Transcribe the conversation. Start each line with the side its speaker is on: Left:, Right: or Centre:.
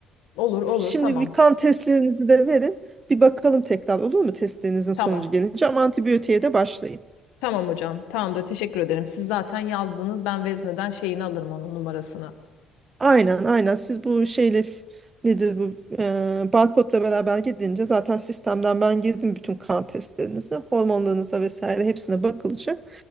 Left: Olur olur
Right: Şimdi
Left: tamam.
Right: bir kan testlerinizi de verin. Bir bakalım tekrar olur mu testlerinizin
Left: Tamam.
Right: sonucu gelince ama antibiyotiğe de başlayın.
Left: Tamam hocam. Tamam da teşekkür ederim. Siz zaten yazdınız. Ben vezneden şeyini alırım onun numarasını.
Right: Aynen aynen siz bu şeyle f- nedir bu e, barkodla beraber gidince zaten sistemden ben girdim bütün kan testlerinizi hormonlarınıza vesaire hepsine bakılacak.